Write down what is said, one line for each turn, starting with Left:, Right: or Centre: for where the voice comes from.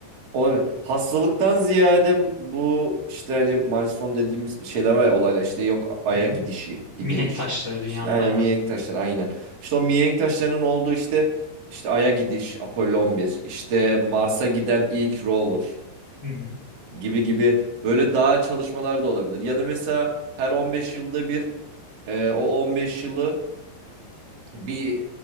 Right: Olabilir. Hastalıktan ziyade bu işte hani Manson dediğimiz şeyler var ya olaylar işte yok Ay'a
Left: Hı hı.
Right: gidişi, gidiliş.
Left: Mihenk taşları dünyanın
Right: İşte aynen
Left: aynen.
Right: mihenk taşları aynen. İşte o mihenk taşlarının olduğu işte işte Ay'a gidiş Apollo on bir işte Mars'a giden ilk rover.
Left: Hı hı.
Right: gibi gibi böyle daha çalışmalar da olabilir. Ya da mesela her on beş yılda bir e, o 15 yılı bir